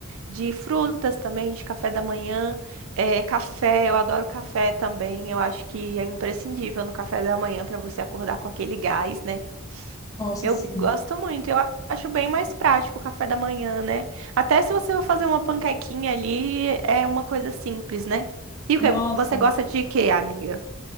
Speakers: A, on the right; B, on the left.
A: de frutas também, de café da manhã. É, café, eu adoro café também. Eu acho que é imprescindível no café da manhã para você acordar com aquele gás, né?
B: Nossa,
A: Eu
B: sim.
A: gosto muito. Eu a- acho bem mais prático o café da manhã, né? Até se você for fazer uma panquequinha ali, é uma coisa simples, né? E o
B: Nossa.
A: que você gosta de quê, amiga?